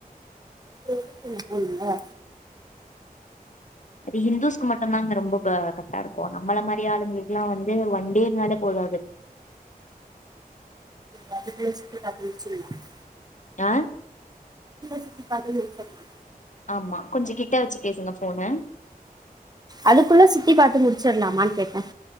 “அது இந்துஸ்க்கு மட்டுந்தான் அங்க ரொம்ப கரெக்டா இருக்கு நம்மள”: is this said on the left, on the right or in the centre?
Left